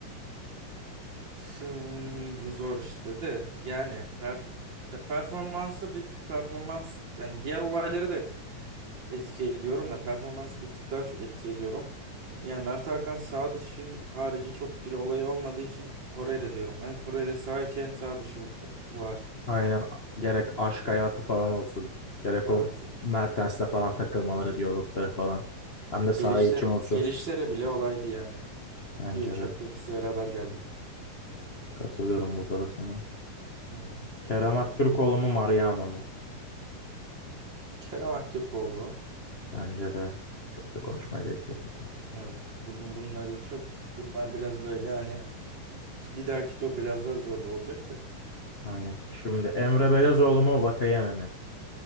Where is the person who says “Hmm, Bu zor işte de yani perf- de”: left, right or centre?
Right